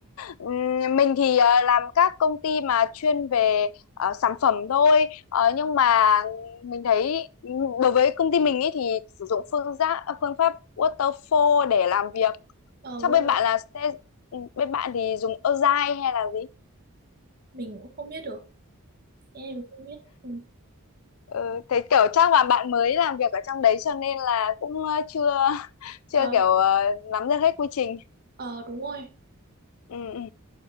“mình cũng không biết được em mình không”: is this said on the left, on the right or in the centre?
Right